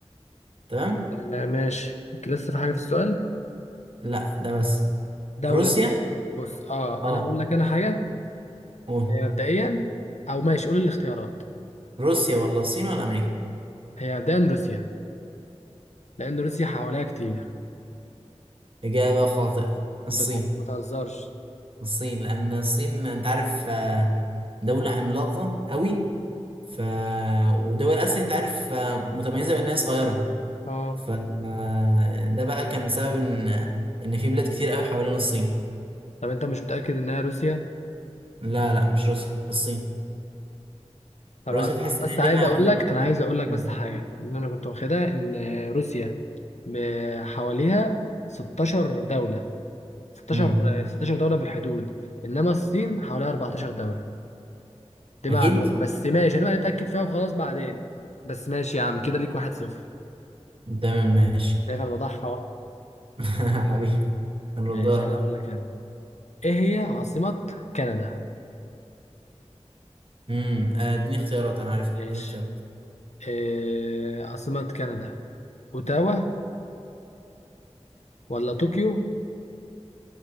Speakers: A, on the right (about 50°); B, on the left (about 80°).
A: تمام
B: آه، ماشي لسه في حاجه في السؤال
A: لا ده بس
B: دوله
A: روسيا
B: ال- آه، بص اه
A: اه
B: انا هقول لك انا حاجه
A: قول
B: آه، مبدئيا او ماشي قول الاختيارات
A: روسيا ولا الصين ولا امريكا
B: هي مبدئيا روسيا لان روسيا حواليها كتير
A: اجابه خاطئه الصين
B: بت- ما تهزرش
A: الصين لان الصين انت عارف آه، دولة عملاقة قوي ف ودول اسيا انت عارف آه، متميزة بان هي صغيرة
B: اه
A: ف آه، ده بقى كان سبب ان ان في بلاد كتير قوي حوالين الصين
B: طب انت مش متاكد انها روسيا
A: لا لا مش روسيا الصين
B: طبعا
A: روسيا تحس
B: أنا
A: ان
B: بس
A: هي ليها
B: عايز اقول
A: حدود
B: لك
A: اكتر
B: انا عايز اقول لك
A: مم.
B: بس حاجه ان انا كنت واخدها ان روسيا ب- حواليها 16 دوله 16
A: مم.
B: 16 دوله في الحدود انما الصين حواليها 14 دوله دي
A: اكيد
B: معلومه بس ماشي انا اتاكد فيها وخلاص بعدين بس ماشي يا عم كده ليك واحد صفر
A: تمام ماشي
B: شايف انا بضحى اهو
A: <laughs> حبيبي هنردها
B: ماشي انا
A: لك.
B: اقول لك انا ايه هي عاصمه كندا
A: امم آه، اديني اختيارات انا عارف
B: ماشي
A: اديني اختيارات
B: إيه عاصمه كندا اوتاوا ولا طوكيو